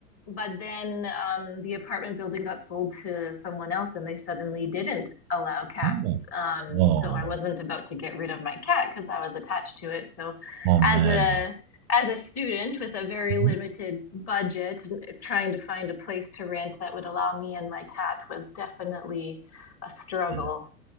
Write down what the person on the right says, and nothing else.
oh,
oh,
oh man.
Mhm.
Yeah,